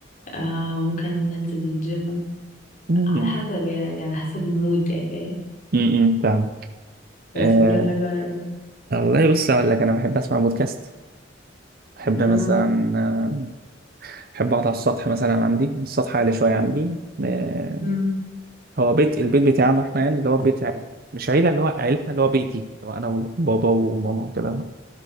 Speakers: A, on the left; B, on the right.
A: آه، ممكن ننزل الجيم
B: م-
A: على حسب يعني على حسب المود يعني فاهم
B: م- فاهمك
A: بس
B: آه
A: انت بتحب تعمل ايه
B: والله بص أقول لك أنا بحب أسمع بودكاست بحب
A: اه
B: مثلا آه، بحب أقعد على السطح مثلا عندي السطح عالي شوية عندي آه،
A: امم
B: هو بيت البيت بتاعنا احنا يعني اللي هو بيت عيلة يعني مش عيلة اللي هو عيلتنا اللي هو بيتي اللي هو انا وبابا وماما وكده